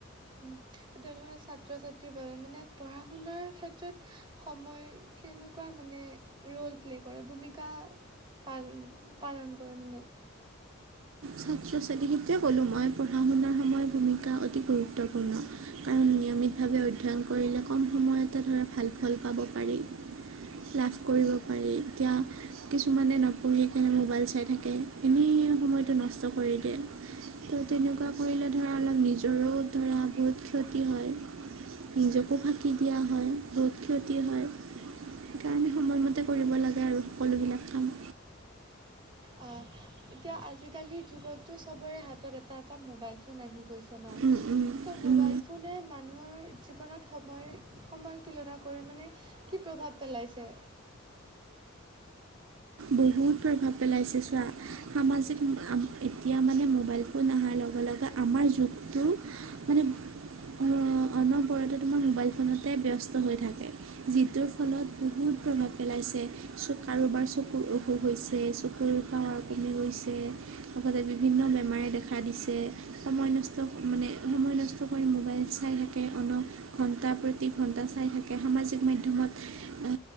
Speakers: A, on the right; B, on the right.
A: উম এতিয়া ধৰ ছাত্ৰ -ছাত্ৰীৰ বাবে মানে পঢ়া শুনাৰ ক্ষেত্ৰত সময় কেনেকুৱা মানে ৰোল প্লে কৰে ভূমিকা পাল পালন কৰে মানে
B: ছাত্ৰ ছাত্ৰী ক্ষেত্ৰ য়ে ক'লোঁ মই পঢ়া শুনাৰ সময়ৰ ভূমিকা অতি গুৰুত্বপূৰ্ণ কাৰণ নিয়মিতভাৱে অধ্যয়ন কৰিলে কম সময়তে ধৰা ভাল ফল পাব পাৰি লাভ কৰিব পাৰি এতিয়া কিছুমানে নপঢ়ি কেনে মোবাইল চাই থাকে এনেই সময়টো নষ্ট কৰি দিয়ে ' তেনেকুৱা কৰিলে ধৰা অলপ নিজৰো ধৰা বহুত ক্ষতি হয় নিজকো ফাঁকি দিয়া হয় বহুত ক্ষতি হয় সেইকাৰণে সময়মতে কৰিব লাগে আৰু সকলোবিলাক কাম
A: অ এতিয়া আজিকালিৰ যুগতো চবৰে হাতত এটা এটা মোবাইল ফোন আহি গৈছে আছে ন
B: উম উম
A: ত মোবাইল
B: উম
A: ফোনে মানুহৰ জীৱনত সময় সময়ৰ তুলনা কৰি মানে কি প্ৰভাৱ পেলাইছে
B: বহুত প্ৰভাৱ পেলাইছে চোৱা সামাজিক এতিয়া মানে মোবাইল ফোন আহাৰ লগে লগে আমাৰ যুগটো মানে অ অনবৰতে তোমাৰ মোবাইল ফোনতে ব্যস্ত হৈ থাকে যিটোৰ ফলত বহুত প্ৰভাৱ পেলাইছে চ কাৰোবাৰ চক কুৰ অসুখ হৈছে চকুৰ পাৱাৰ কমি গৈছে লগতে বিভিন্ন বেমাৰে দেখা দিছে সময় নষ্ট মানে সময় নষ্ট কৰি মোবাইল চাই থাকে অন ঘন্টা প্ৰতি ঘন্টা চাই থাকে সামাজিক মাধ্যমত অ